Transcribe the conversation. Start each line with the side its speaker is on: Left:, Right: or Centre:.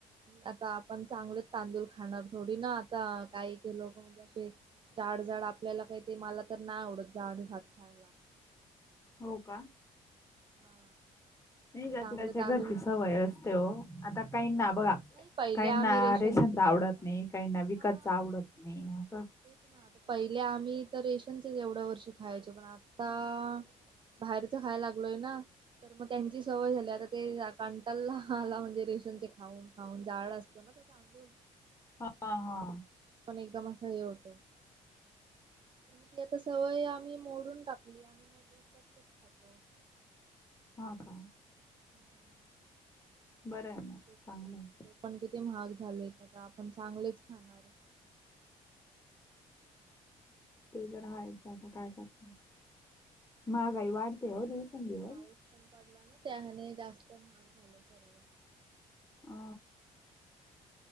Right: आता आपण चांगलच तांदूळ खाणार थोडी ना आता काही काही लोक म्हणजे असे जाड जाड आपल्याला काही ते मला तर नाय आवडत जाड भात खायला
Left: हो का
Right: हा
Left: नाही ज्याच्या
Right: चांगले
Left: त्याच्या
Right: तांदूळ
Left: घरची सवय असते ओ आता काही ना बघा
Right: नाही पहिले
Left: काहीना
Right: आम्ही रेशन
Left: रेशनचा
Right: हा
Left: आवडत नाही काहीना विकतच
Right: हा
Left: आवडत नाही असं
Right: तेच ना पहिले आम्ही तर रेशनचच एवढ्या वर्ष खायचो पण आता बाहेरच खायला लागलोय ना तर मग त्यांची सवय झाली आता ते कांटाला आला म्हणजे रेशनचे खाऊन खाऊन जाड असतो ना तो तांदूळ
Left: हा हा
Right: पण एकदम असं हे होतं ती आता सवय आम्ही मोडून टाकली आणि <unintelligible> मग विकतच खातो
Left: हा का
Right: <unintelligible>
Left: बरं आहे
Right: आणि
Left: म
Right: मग ते
Left: चांगलंय
Right: ते पण किती महाग झाले आता आपण चांगलेच खाणार
Left: ते तर हायचं आता काय करनार महागाई वाढ तेव
Right: आणि
Left: दिवसंदिव
Right: आता पाऊस पडला ना त्याने जास्त महाग झाला सर्व
Left: ह